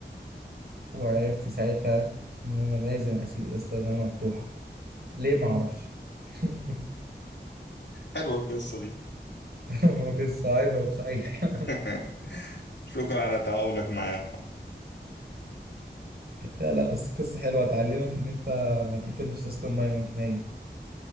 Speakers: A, on the right; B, on the left.
A: وعرفت ساعتها ان انا لازم اسيب استخدامها مفتوحه ليه ما اعرفش <laughs>
B: حلوة القصة دي
A: ما قصه عبره بصحيح
B: <laughs>
A: <laughs>
B: شكرا على تعاونك معايا يا محمد
A: لا لا بس قصه حلوه هتعلمك ان انت ما تقفلش ازازه الميه وانت نايم